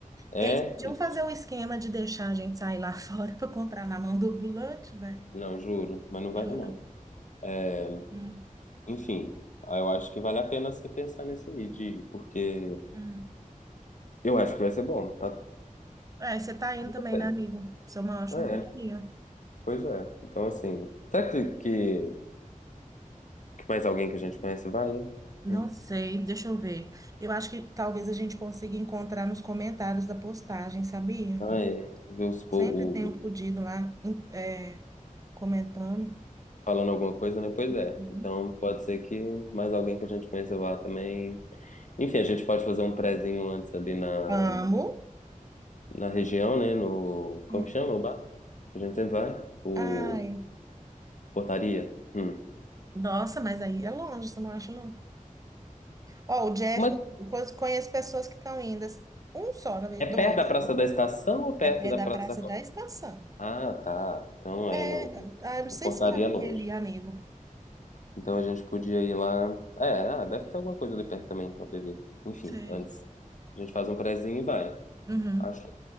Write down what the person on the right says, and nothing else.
Eles podiam
fazer o esquema de deixar a gente sair lá <laughs> fora para comprar na mão do ambulante, velho.
Juro.
Hum,
hum.
É, você tá indo
também,
né, amigo? Você é uma ótima
companhia.
Não
sei, deixa eu ver. Eu acho que talvez a gente consiga encontrar nos comentários da postagem, sabia?
Sempre
tem um
fudido lá, em- é, comentando.
Uhum.
Amo.
Hum.
Ai,
nossa, mas aí é longe, você não acha, não? Ó, o Jeff,
eu co- conheço pessoas que estão indo. assim, Um só, na verdade,
dois.
É pé
da
Praça
da Estação.
É,
ah, não sei
se você já
foi ali, amigo.
Sei.
Uhum.